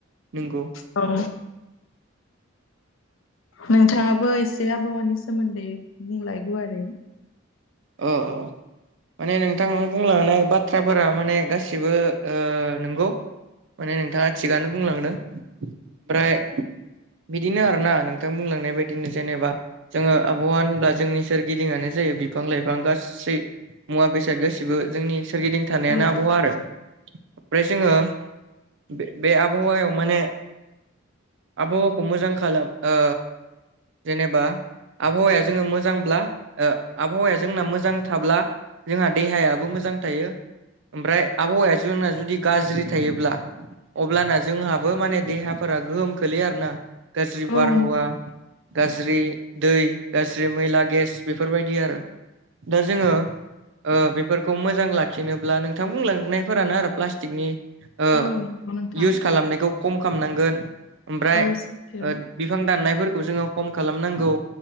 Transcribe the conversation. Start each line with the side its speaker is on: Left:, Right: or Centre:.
Right: नंगौ
Left: औ नोंथाङाबो एसे आबहावानि सोमोन्दै बुंलाय गुवारै
Right: अ अ माने नोंथां बुंलांनाय बाथ्राफोरा माने गासिबो ओ नंगौ माने नोंथाङा थिगानो बुंलांदों आमफ्राय बिदिनो आरो ना नोंथां बुंलांनाय बायदिनो जेनेबा जोङो आबहावा होनब्ला जोंनि सोरगिदिङानो जायो। बिब फां लाइफां गासै मुवा बेसाद गासैबो जोंनि सोरगिदिं थानायानो
Left: औ
Right: आबहावा आरो ओमफ्राय जोङो बे बे आबहावायाव माने आबहावाखौ मोजां खालाम ओ जेनेबा आबहावाया जोङो मोजांब्ला ओ आबहावाया जोंना मोजां थाब्ला जोंहा देहायाबो मोजां थायो। ओमफ्राय आबहावाया जोंना जुदि गाज्रि थायोब्ला अब्लाना जोंहाबो माने देहाफोरा गोहोम खोलैयो आरो ना। गाज्रि
Left: औ
Right: बारहावा
Left: नों-
Right: गाज्रि दै गाज्रि मैला गेस बेफोर बाय दि आरो दा जोङो ओ बेफोरखौ मोजां लाखिनोब्ला नोंथां बुंलांनायफोरानो आरो प्लास्टिकनि ओ
Left: औ नंगौ नोंथां
Right: इउस खालामनायखौ खम खामनांगोन ओमफ्राय
Left: औ सैथो
Right: ओद बिफां दाननायफोरखौ जोङो खम खालामनांगौ